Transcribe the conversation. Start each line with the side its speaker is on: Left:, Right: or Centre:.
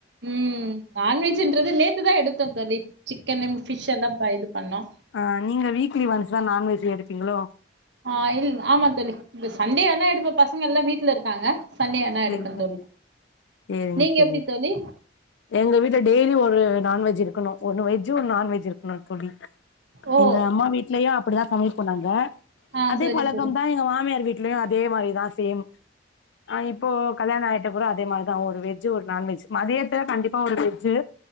Right: உம். நான்வெஜன்றது நேத்துதான் எடுத்தோ தோழி சிக்கன ஃபிஷ் எல்லாம் ப்ப இது பண்ணோம்.
Left: ஆஹ். நீங்க வீக்லி ஒன்ஸ் தான் நான்வெஜ்ல எடுப் ங்கள
Right: ஆஹ் இல் ஆமா தோழி திஸ் சண்டேனா எடுப்ப. பசங்க எல்லாம் வீட்ல இருக்காங்க. சண்டே ஆனா
Left: செரி
Right: எடுப்பே
Left: செரி.
Right: தோழி
Left: செரி
Right: நீங்க
Left: செரி.
Right: எப்டி தோழி
Left: எங்க வீட்ல டெய்லி ஒர்த் ஒரு நான்வெஜ் இருக்கணும். ஒன்னு வெஜ்ஜு, ஒரு நான்வெஜ் இருக்கணுன்னு தோழி.
Right: ஓ
Left: எங்க அம்மா வீட்லயு அப்படிதான் சமைப் போனாங்க.
Right: ஆ
Left: அதே
Right: சரி
Left: பழக்கம்
Right: தோழி
Left: தான், எங்க மாமியார் வீட் யும் அதே மாரிதான். சேம். ஆ இப் இப்போ கல்யாணொ ஆயிட்டப்றொ அதே மாரிதா ஒரு வெஜ்ஜு ஒரு நான் வெஜ்ஜு மதியத் ட கண்டிப்பா ஒரு வெட்ஜூ